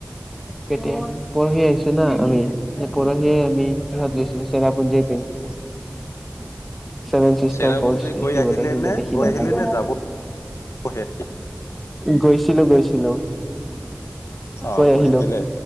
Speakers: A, in the centre; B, on the left.
A: কেতিয়া পৰহি পৰহি আহিছো না আমি অকণমানে আমি কিহত গৈছিলো চেৰাপুঞ্জিৰ পিনে।
B: উম।
A: ছেভেন চিষ্টাৰ
B: চেৰাপুঞ্জী
A: ফলচ দেখিবলৈ
B: গৈ আহিলে
A: কিন্তু
B: নে
A: দেখি
B: গৈ
A: নাপালো।
B: আহিলে নে যাবহে?
A: গৈছিলো গৈছিলো
B: অ
A: গৈ
B: গৈছিলে
A: আহিলো